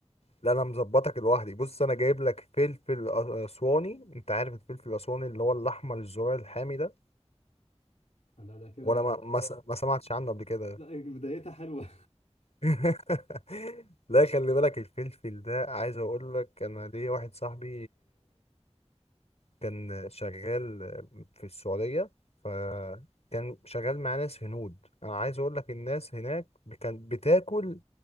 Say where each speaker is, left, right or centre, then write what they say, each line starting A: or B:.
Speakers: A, on the left; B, on the left.
A: لا انا مظبطك لوحدي بص انا جايب لك فلفل أ- اسواني انت عارف الفلفل الاسواني اللي هو الاحمر الزرار الحامي ده
B: لا ده كده
A: ولا ما ما, س- ما سمعتش عنه قبل كده
B: لا بدايتها حلوة
A: <laughs> لا خلي بالك الفلفل ده عايز اقول لك انا ليا واحد صاحبي كان شغال في السعودية فكان شغال مع ناس هنود أنا عايز أقول لك الناس هناك كانت بتاكل